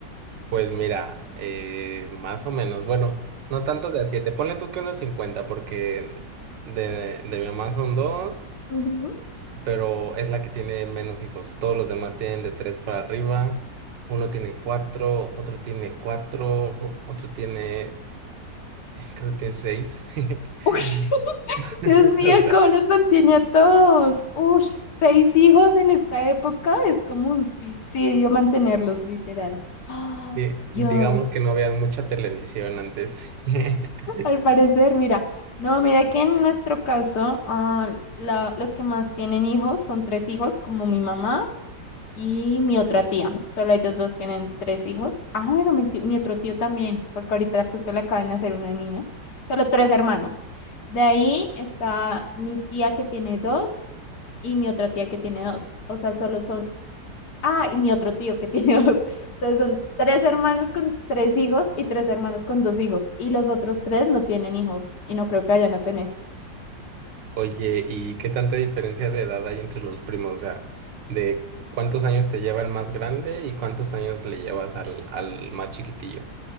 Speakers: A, on the right; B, on the left.
A: Pues mira, eh, más o menos, bueno, no tanto de a 7, ponle tú que unos 50 porque de, de mi mamá son dos,
B: Ujú.
A: pero es la que tiene menos hijos. Todos los demás tienen de tres para arriba. Uno tiene cuatro, otro tiene cuatro, otro tiene, <laughs> creo que tiene seis. <laughs> <laughs>
B: Uy, <laughs> Dios mío,
A: O sea,
B: ¿cómo los mantiene a todos? Ush, seis hijos en esta época es como un suicidio mantenerlos, literal. Ah,
A: di-
B: Dios,
A: digamos que no vean mucha televisión antes. <laughs>
B: al parecer, mira, no, mira que en nuestro caso, ah, la- los que más tienen hijos son tres hijos, como mi mamá, y mi otra tía. Solo ellos dos tienen tres hijos. Ah, bueno, mi, tío- mi otro tío también, porque ahorita justo le acaban de hacer una niña. Solo tres hermanos. De ahí está mi tía que tiene dos y mi otra tía que tiene dos. O sea, solo son... Ah, y mi otro tío que tiene <laughs> dos. Entonces son tres hermanos con tres hijos y tres hermanos con dos hijos. Y los otros tres no tienen hijos y no creo que vayan a tener.
A: Oye, ¿y qué tanta diferencia de edad hay entre los primos? O sea, ¿de cuántos años te lleva el más grande y cuántos años le llevas al, al más chiquitillo?